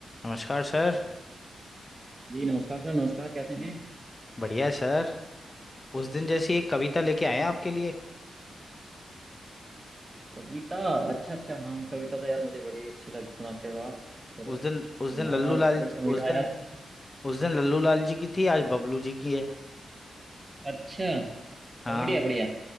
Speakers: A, on the left; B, on the right.
A: नमस्कार सर
B: जी नमस्कार सर नमस्कार कैसे हैं
A: बढ़िया है सर उस दिन जैसी एक कविता लेके आए हैं आपके लिए
B: कविता अच्छा अच्छा हाँ कविता तो यार मुझे बड़ी अच्छी लग सुनाते हो आप चलो
A: उस
B: सुनाओ
A: दिन उस दिन लल्लू
B: आज
A: लाल
B: कोई कविता
A: उस दिन
B: यार अच्छी सी
A: उस दिन लल्लू लाल जी की थी आज बबलू जी की है
B: अच्छा कॉमेडी
A: हाँ
B: है बढ़िया